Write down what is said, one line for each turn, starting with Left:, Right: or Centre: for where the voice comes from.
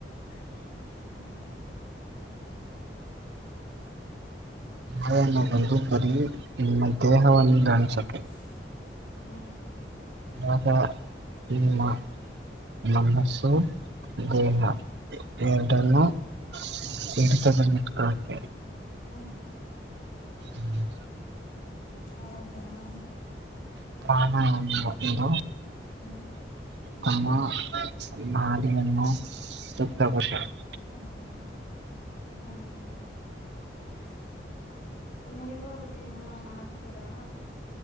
Left: <unintelligible> ಹ್ಮ್
Right: ಮಳನ್ನು ಬಂದು ಬರೀ ನಿಮ್ಮ ದೇಹವನ್ನು ದ ಣಿಸುತ್ತೆ
Left: <unintelligible> ಹ್ಮ್
Right: ನಕ ನಿಮ್ಮ <inaudible> ಮನಸ್ಸು ದೇಹ ಎರಡನ್ನು <unintelligible> <unintelligible>
Left: ಹ್ಮ್
Right: ಹಿಡೆತದಲ್ಲಿ ಇಟ್ಕೊಳಕ್
Left: ಹ್ಮ್
Right: ಹ್ಮ
Left: ಹೌದಾ ಹಾ
Right: <inaudible> ನಾನದು
Left: ಹ್ಮ್
Right: ತಮ್ಮ <inaudible>
Left: ಹಾ ಹ್ಮ <unintelligible> ನೀವೇ ಹ ದಿನ ಮಾಡ್ತೀರಾ